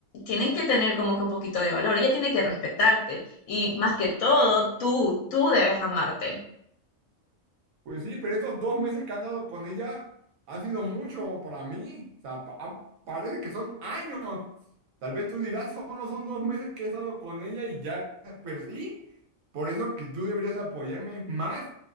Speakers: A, on the left; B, on the right.
A: tienen que tener como que un poquito de valor, ella tiene que respetarte y más que todo, tú, tú debes amarte.
B: Pues sí, pero estos dos meses que han dado con ella han sido mucho para mí, o sea, pa- ah, parece que son años. Tal vez tú dirás, solo son dos meses que he estado con ella y ya, pero sí, por eso que tú deberías apoyarme más,